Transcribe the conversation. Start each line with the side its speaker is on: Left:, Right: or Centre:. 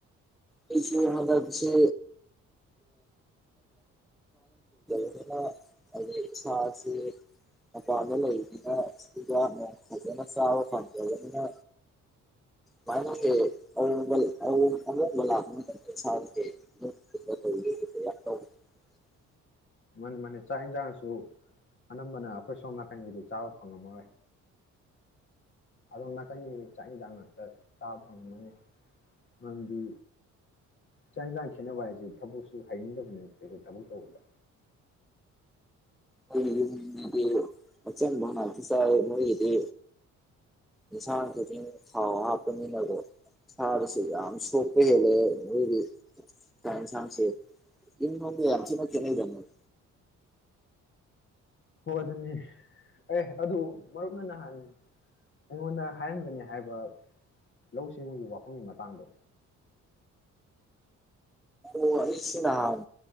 Centre: ꯑꯩꯁꯦ ꯍꯟꯗꯛꯁꯦ <unintelligible> ꯍꯥꯏꯗꯤ ꯏꯁꯥꯁꯤ ꯃꯄꯥꯟꯗ ꯂꯩꯕꯅꯤꯅ <unintelligible> ꯐꯖꯅ ꯆꯥꯕ ꯐꯪꯗꯕꯅꯤꯅ ꯕꯥꯏ ꯅꯪꯒꯤ <unintelligible> ꯑꯍꯣꯡꯕ ꯂꯥꯛ <unintelligible>
Left: ꯃꯥꯅꯤ ꯃꯥꯅꯤ ꯆꯥꯛ ꯏꯟꯖꯥꯡꯁꯨ ꯑꯅꯝꯕꯅ ꯑꯈꯣꯏ ꯁꯣꯝ ꯅꯥꯀꯟꯒꯥꯗꯤ ꯆꯥꯕ ꯐꯪꯉꯝꯃꯔꯣꯏ ꯑꯗꯣꯝ ꯅꯥꯀꯟ ꯆꯥꯛ ꯏꯟꯖꯥꯡ ꯉꯥꯛꯇ ꯆꯥꯕ ꯐꯪꯉꯝꯅꯤ ꯅꯪꯗꯤ ꯆꯥꯛ ꯏꯟꯖꯥꯡ ꯈꯦꯠꯅꯕ ꯍꯥꯏꯁꯦ ꯊꯕꯛꯁꯨ ꯍꯩꯅꯤꯡꯗꯕꯅꯦꯕ ꯀꯩꯁꯨ ꯊꯕꯛ ꯇꯧꯕꯗ
Centre: ꯈꯣꯏꯒꯤ ꯌꯨꯝꯖꯤꯗꯤ ꯑꯆꯝꯕ ꯉꯥꯛꯇ ꯆꯥꯕ ꯃꯤꯏꯒꯤꯗꯤ ꯏꯟꯁꯥꯡ ꯈꯨꯗꯤꯡ ꯊꯥꯎ ꯍꯥꯞꯄꯅꯤꯅꯀꯣ ꯁꯥꯗꯁꯨ ꯌꯥꯝ ꯁꯣꯛꯄ ꯍꯦꯜꯂꯦ ꯑꯗꯩꯗꯤ ꯆꯥꯛ ꯏꯟꯁꯥꯡꯁꯦ ꯏꯪ ꯐꯥꯎꯗ ꯌꯥꯝ ꯊꯤꯅ ꯈꯦꯠꯅꯩꯗ ꯃꯣꯏ
Left: ꯍꯣ ꯑꯗꯨꯅꯦ ꯑꯦ ꯑꯗꯣ ꯃꯔꯨꯞ ꯅ ꯅꯥꯍꯥꯟ ꯑꯩꯉꯣꯟꯗ ꯍꯥꯏꯔꯝꯒꯅꯤ ꯍꯥꯏꯕ ꯂꯧ ꯁꯤꯡꯎꯒꯤ ꯋꯥꯐꯝꯒꯤ ꯃꯇꯥꯡꯗꯣ
Centre: ꯑꯣ ꯑꯩꯁꯤ ꯅꯍꯥꯟ